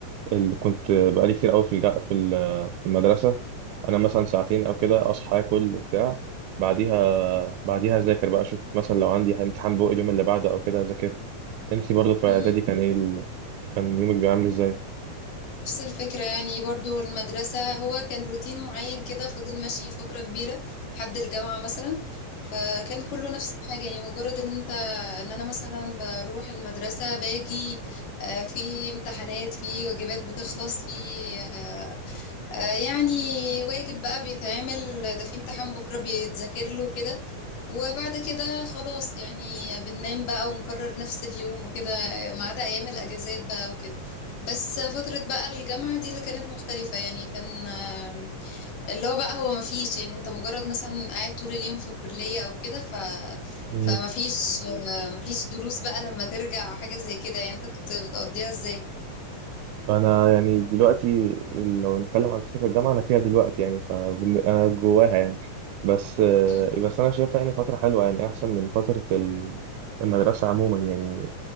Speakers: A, on the right; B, on the left.
A: ال- كنت بقالي كتير قوي في الج- في ال- في المدرسه انا مثلا ساعتين او كده اصحى اكل وبتاع بعديها
B: مم.
A: بعديها اذاكر بقى اشوف مثلا لو عندي امتحان بقى اليوم اللي بعده او كده اذاكر له انت برضو في
B: مم.
A: اعدادي كان ايه ال... كان يومك بيعمل ازاي
B: نفس الفكرة يعني برضو المدرسة هو كان روتين معين كده فضل ماشي فترة كبيرة لحد الجامعة مثلا فكان كله نفس الحاجة يعني مجرد ان انت ان انا مثلا بروح المدرسة باجي آه، في امتحانات في واجبات بتخلص في آه، آه، يعني واجب بقى بيتعمل ده في امتحان بكرة بيتذاكر له كده وبعد كده خلاص يعني بننام بقى ونكرر نفس اليوم وكده ما عدا أيام الأجازات بقى وكده بس فترة بقى الجامعة دي اللي كانت مختلفة يعني كان آم، اللي هو بقى هو مفيش يعني انت مجرد مثلا قاعد طول اليوم في الكلية او كده ف
A: امم
B: فمفيش آه، مفيش دروس بقى لما ترجع او حاجة زي كده يعني انت كنت بتقضيها ازاي؟
A: فانا يعني دلوقتي لو نتكلم عن فتره الجامعه انا فيها دلوقتي يعني فانا جواها يعني بس آه،
B: مم.
A: بس انا شايفها يعني فتره حلوه يعني احسن من فتره ال- المدرسه عموما يعني